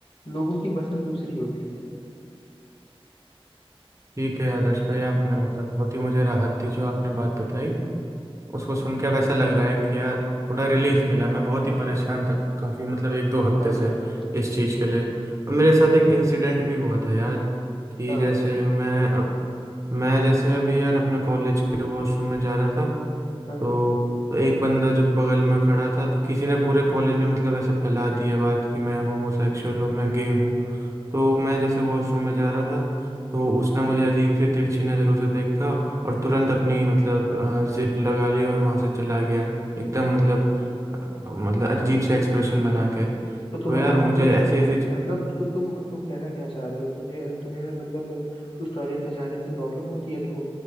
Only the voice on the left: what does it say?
लोगों की पसंद दूसरी होती है
हाँ
हाँ
हम्म,
क्या
हो गया
हाँ
हाँ
तो तुम्हारा
मतलब
मतलब तो तुम तुम कहना क्या चाह रहे हो तुम्हें तुम्हें मतलब उस टॉयलेट में जाने से प्रॉब्लम होती है देखो